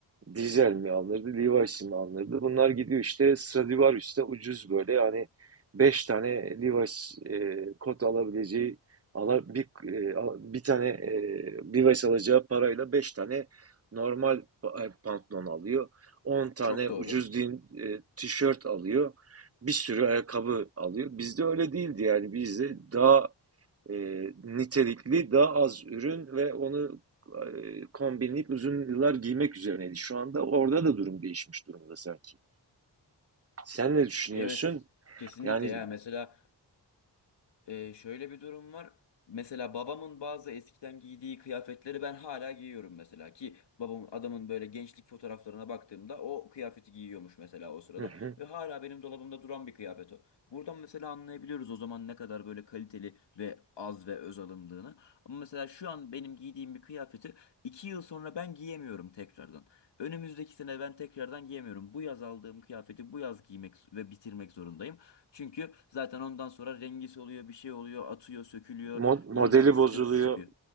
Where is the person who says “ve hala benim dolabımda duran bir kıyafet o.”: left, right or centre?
Left